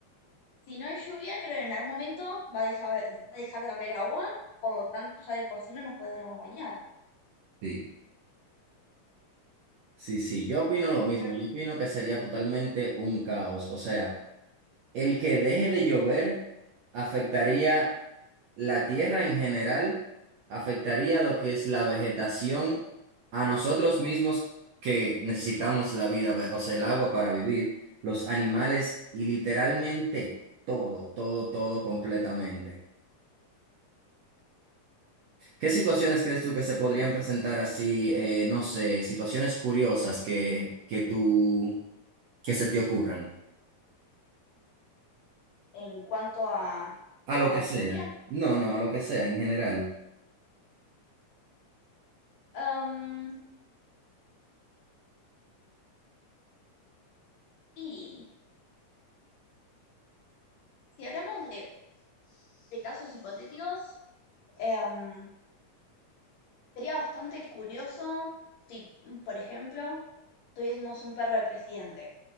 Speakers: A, on the left; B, on the right.
A: si no hay lluvia, creo que en algún momento va a dejar, va a dejar de haber agua, por lo tanto ya de por sí no nos podríamos bañar.
B: Sí. Sí, sí, yo opino lo mismo.
A: Creo
B: Yo
A: que
B: opino que sería totalmente un caos. O sea, el que deje de llover afectaría la tierra en general, afectaría lo que es la vegetación, a nosotros mismos que necesitamos la vida, ve- o sea, el agua para vivir, los animales y literalmente todo, todo, todo completamente. ¿Qué situaciones crees tú que se podrían
A: y
B: presentar así, eh, no sé, situaciones curiosas que, que tú, que se te ocurran?
A: en cuanto a,
B: A lo
A: a
B: que
A: la
B: sea.
A: lluvia,
B: No, no, a lo que sea, en general.
A: em, y si hablamos de, de casos hipotéticos, em, sería bastante curioso si, por ejemplo, tuviésemos un perro de presidente.